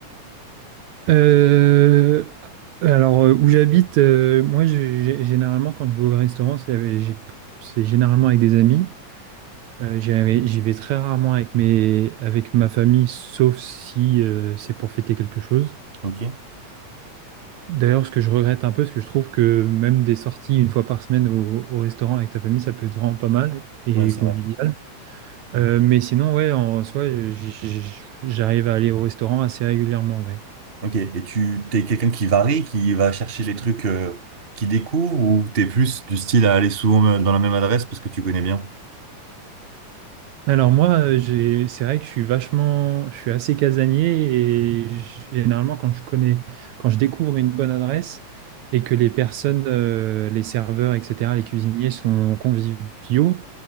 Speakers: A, on the right (about 70°); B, on the right (about 20°).
A: Euh, alors euh, où j'habite, euh, moi j'ai- j'ai- généralement quand je vais au restaurant, c'est avec- j'ai- c'est généralement avec des amis. Euh, j'y vais, j'y vais très rarement avec mes, avec ma famille, sauf si euh, c'est pour fêter quelque chose.
B: Ok.
A: D'ailleurs, ce que je regrette un peu, parce que je trouve que même des sorties une fois par semaine au, au restaurant avec ta famille, ça peut être vraiment pas mal et
B: Ouais, c'est
A: convivial.
B: vrai.
A: Euh, mais sinon, ouais, en soi, j- j- j'arrive à aller au restaurant assez régulièrement, ouais.
B: Ok. Et tu, t'es quelqu'un qui varie, qui va chercher les trucs euh, qu'il découvre, ou t'es plus du style à aller souvent euh, dans la même adresse parce que tu connais bien,
A: Alors moi, euh, j'ai, c'est vrai que je suis vachement, je suis assez casanier et généralement quand je connais, quand je découvre une bonne adresse et que les personnes, euh, les serveurs, etc., les cuisiniers sont conviviaux,